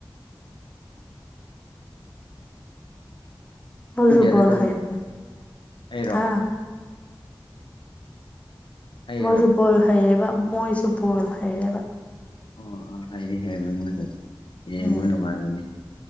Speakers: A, on the left; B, on the left.
A: ꯃꯣꯏꯖꯨ
B: ꯄꯨꯡ ꯀꯌꯥꯗ
A: ꯕꯣꯜ
B: ꯆꯠꯂ
A: ꯍꯩꯕꯅꯤ
B: ꯑꯩꯔꯣ
A: ꯍꯥ
B: ꯑꯩꯔꯣ
A: ꯃꯣꯏꯁꯨ ꯕꯣꯜ ꯍꯩꯌꯦꯕ ꯃꯣꯏꯁꯨ ꯕꯣꯜ ꯍꯩꯌꯦꯕ
B: ꯑꯣ ꯑꯥ ꯍꯩꯗꯤ ꯍꯩꯕꯅꯤ ꯃꯣꯏꯁꯨ ꯌꯦꯡꯕ
A: ꯎꯝ
B: ꯅꯨꯡꯉꯥꯏꯕꯅꯤ